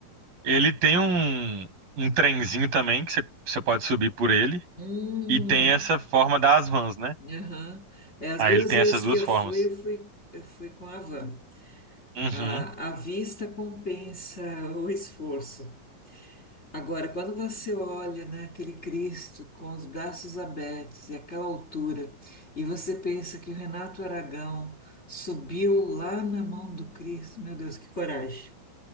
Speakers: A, on the right; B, on the left.
A: ele tem um, um trenzinho também que você você pode subir por ele.
B: Hum,
A: E tem essa forma das vans, né?
B: aham. É, as
A: Aí
B: duas
A: ele tem
B: vezes
A: essas duas
B: que eu
A: formas.
B: fui, eu fui, eu fui com a van.
A: Uhum,
B: A, a vista compensa o esforço. Agora, quando você olha, né, aquele Cristo com os braços abertos e aquela altura, e você pensa que o Renato Aragão subiu lá na mão do Cristo, meu Deus, que coragem!